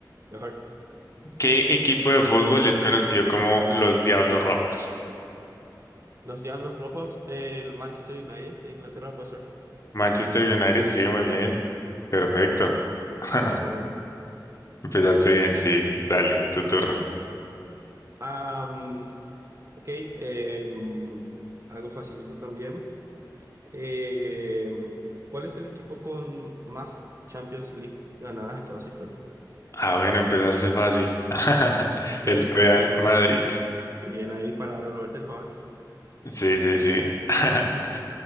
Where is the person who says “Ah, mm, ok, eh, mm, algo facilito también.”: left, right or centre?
Right